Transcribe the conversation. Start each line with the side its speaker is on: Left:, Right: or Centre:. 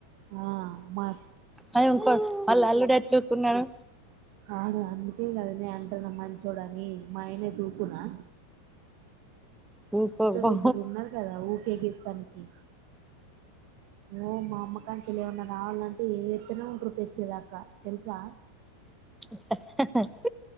Right: ఆ మా
Centre: అదే ఇంకో ఆల్ల అల్లుడు ఎట్ల ఉకున్నడు.
Right: ఆడు అందుకే కద నే అంటున్నా మంచోడని మా ఆయన అయితే ఉకునా
Centre: ఊకోకపో
Right: ఇంట్లోల్లు ఇద్దరు ఉన్నరు కదా ఊకే ఎగేత్తానికి. ఓ మా అమ్మకానుంచి ఏమన్నా రావాలంటే ఇగ ఎగెత్తనే ఉంటరు తెచ్చేదాక తెల్సా.
Centre: <unintelligible>